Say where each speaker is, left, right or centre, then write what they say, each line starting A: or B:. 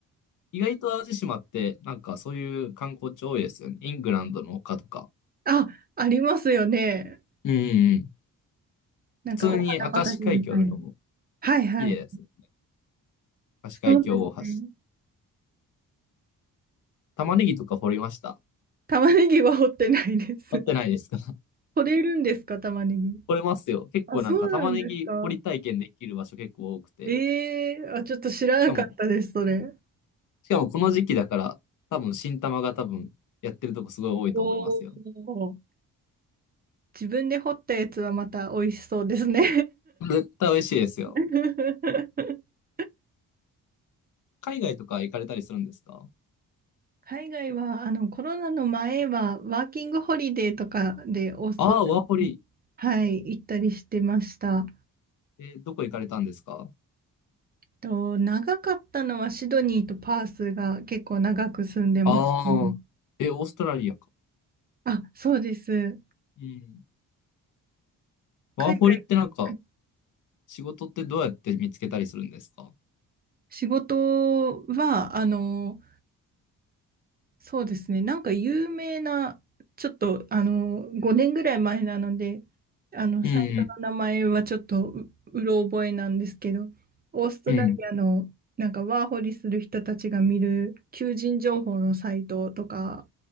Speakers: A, on the left; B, on the right.
A: 意外と淡路島って、なんかそういう観光地多いですよね。イングランドの丘とか。
B: あ、ありますよね。
A: うん、うん、うん。
B: なんかお花畑みたいな。
A: 普通に明石海峡とかも
B: はいはい。
A: 綺麗ですね。明石海峡大橋。
B: そうですね。
A: 玉ねぎとか掘りました。
B: 玉ねぎは掘ってないです。
A: 掘ってないですか <laughs>
B: 取れるんですか、玉ねぎ。
A: 掘れますよ。結構なんか玉ねぎ掘り体験できる場所結構多くて。
B: あ、そうなんですか。ええーあ、ちょっと知らなかったです、
A: しかも、
B: それ。
A: しかもこの時期だから、多分新玉が多分やってるとこすごい多いと思いますよ。
B: おお。自分で掘ったやつはまた美味しそうですね
A: 絶対美味しいですよ。
B: <laughs>
A: 海外とか行かれたりするんですか
B: 海外は、あの、コロナの前は、ワーキングホリデーとかでオーストラリ
A: ああー、ワーホリ。
B: ア、はい、行ったりしてました。
A: えーどこ行かれたんですか
B: と、長かったのはシドニーとパースが結構長く住んでましたね。
A: ああー、え、オーストラリアか。
B: あ、そうです。
A: うん。
B: 海外、
A: ワーホリってなんか、
B: はい
A: 仕事ってどうやって見つけたりするんですか
B: 仕事は、あの、そうですね。なんか有名な、ちょっとあの5年ぐらい前なので、あのサイトの名前はちょっとう、
A: うん、
B: うろ覚えなんですけど、オーストラリアのなんかワーホリする人たちが見る求人情報のサイトとか
A: うん。